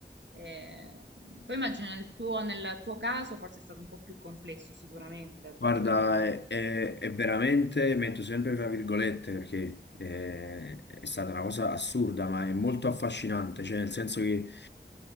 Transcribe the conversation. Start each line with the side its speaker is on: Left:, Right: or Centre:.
Right: Eh, poi immagino nel tuo, nel tuo caso forse è stato un po' più complesso, sicuramente, perché
Left: Guarda,
Right: poi parliamo di...
Left: è, è- è veramente, metto sempre tra virgolette perché eh, è, stata una cosa assurda, ma è molto affascinante, cioè nel senso che